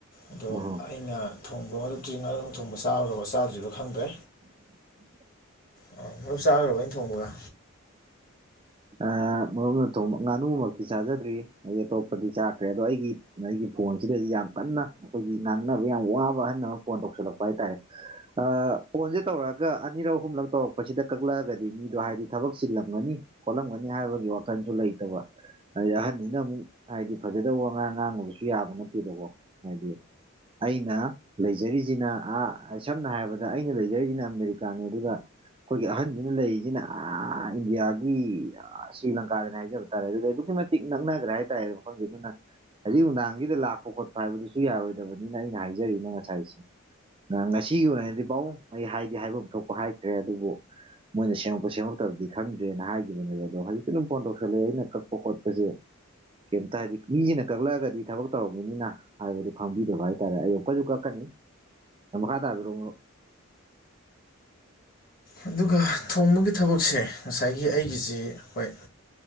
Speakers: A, on the left; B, on the right.
A: ꯑꯗꯣ
B: ꯎꯝ
A: ꯑꯩꯅ ꯊꯣꯡꯕ ꯃꯔꯨꯞꯇꯤ ꯉꯥꯅꯨ ꯊꯣꯡꯕ ꯆꯥꯒ꯭ꯔꯕ ꯆꯥꯗ꯭ꯔꯤꯕ ꯈꯪꯗ꯭ꯔꯦ
B: <inaudible>
A: ꯑꯣ ꯃꯔꯨꯞ ꯆꯥꯒ꯭ꯔꯕꫭ ꯑꯩꯟ ꯊꯣꯡꯕꯒ
B: ꯑꯥ ꯃꯔꯨꯞꯅ ꯊꯣꯡꯕ ꯉꯥꯅꯨꯃꯛꯇꯤ ꯆꯥꯖꯗ꯭ꯔꯤ ꯑꯩ ꯑꯇꯣꯞꯄꯗꯤ ꯆꯥꯈ꯭ꯔꯦ ꯑꯗꯣ ꯑꯩꯒꯤ <unintelligible> ꯑꯩꯒꯤ ꯐꯣꯟꯖꯤꯗꯗꯤ ꯌꯥꯝ ꯀꯟꯅ ꯃꯈꯣꯏꯒꯤ ꯉꯥꯡꯅꯕ ꯌꯥꯝ ꯋꯥꯕ ꯑꯍꯟ ꯑꯃ ꯐꯣꯟ ꯇꯧꯁꯜꯂꯛꯄ ꯍꯥꯏꯇꯥꯔꯦ ꯑꯥ ꯐꯣꯟꯖꯦ ꯇꯧꯔꯛꯑꯒ ꯑꯅꯤꯔꯛ ꯑꯍꯨꯝꯂꯛ ꯇꯧꯔꯛꯄꯁꯤꯗ ꯀꯛꯂꯛꯑꯒꯗꯤ ꯃꯤꯗꯣ ꯍꯥꯏꯗꯤ ꯊꯕꯛ ꯆꯤꯜꯂꯝꯒꯅꯤ ꯈꯣꯠꯂꯝꯒꯅꯤ ꯍꯥꯏꯕꯒꯤ ꯋꯥꯈꯟꯖꯨ ꯂꯩꯇꯕ ꯑꯗꯩ ꯑꯍꯟꯅꯤꯅ ꯑꯃꯨꯛ ꯍꯥꯏꯗꯤ ꯐꯖꯗꯕ ꯋꯉꯥꯡ ꯉꯥꯡꯉꯨꯕꯁꯨ ꯌꯥꯕ ꯅꯠꯇꯦꯕꯀꯣ ꯃꯣꯏꯗꯤ ꯑꯩꯅ ꯂꯩꯖꯔꯤꯖꯤꯅ ꯑꯥ ꯁꯝꯅ ꯍꯥꯏꯔꯕꯗ ꯑꯩꯅ ꯂꯩꯖꯔꯤꯖꯤꯅ ꯑꯃꯦꯔꯤꯀꯥꯅꯤ ꯑꯗꯨꯒ ꯈꯣꯏꯒꯤ ꯑꯍꯟꯖꯤꯅ ꯂꯩꯖꯤꯅ ꯑꯥ ꯏꯟꯗꯤꯌꯥ ꯒꯤ ꯑꯥ ꯁ꯭ꯔꯤꯂꯪꯀꯥꯗꯅꯦ ꯍꯥꯏꯖꯕ ꯇꯥꯔꯦ ꯑꯗꯨꯗꯤ ꯑꯗꯨꯛꯀꯤ ꯃꯇꯤꯛ ꯅꯛꯅꯒ꯭ꯔꯦ ꯍꯥꯏꯇꯥꯔꯦ ꯃꯐꯝꯖꯦ ꯑꯗꯨꯅ ꯍꯧꯖꯤꯛ ꯅꯨꯡꯗꯥꯡꯖꯤꯗ ꯂꯥꯛꯄ ꯈꯣꯠꯄ ꯍꯥꯏꯕꯗꯨꯁꯨ ꯌꯥꯔꯣꯏꯗꯕꯅꯤꯅ ꯑꯩꯅ ꯍꯥꯏꯖꯔꯤꯅ ꯉꯁꯥꯏ ꯉꯁꯤꯒꯤ ꯑꯣꯏꯅꯗꯤ ꯄꯥꯎꯡ ꯑꯩ ꯍꯥꯏꯗꯤ ꯍꯥꯏꯕꯝ ꯊꯣꯛꯄ ꯍꯥꯏꯈ꯭ꯔꯦ ꯑꯗꯨꯕꯨ ꯃꯣꯏꯅ ꯁꯦꯝꯃꯛꯄ ꯁꯦꯝꯃꯛꯇꯕꯗꯤ ꯈꯪ ꯗ꯭ꯔꯦꯅ ꯍꯥꯏꯒꯤꯕꯅꯦꯕ ꯑꯗꯣ ꯍꯧꯖꯤꯛꯁꯨ ꯑꯗꯨꯝ ꯐꯣꯟ ꯇꯧꯁꯜꯂꯛꯑꯦ ꯑꯩꯅ ꯀꯛꯄ ꯈꯣꯠꯄꯖꯦ ꯀꯩꯝꯇ ꯍꯥꯏꯗꯤ ꯃꯤꯖꯤꯅ ꯀꯛꯂꯑꯒꯗꯤ ꯊꯕꯛ ꯇꯧꯔꯝꯒꯅꯤꯅ <unintelligible> ꯈꯪꯕꯤꯗꯕ ꯍꯥꯏꯇꯥꯔꯦ ꯑꯩ ꯑꯈꯣꯏꯖꯨ ꯀꯛꯀꯅꯤ ꯃꯈꯥ ꯇꯥꯕꯤꯔꯛꯎ ꯃꯔꯨꯞ
A: ꯑꯗꯨꯒ ꯊꯣꯡꯕꯒꯤ ꯊꯕꯛꯁꯦ ꯉꯁꯥꯏꯒꯤ ꯑꯩꯒꯤꯖꯦ ꯍꯣꯏ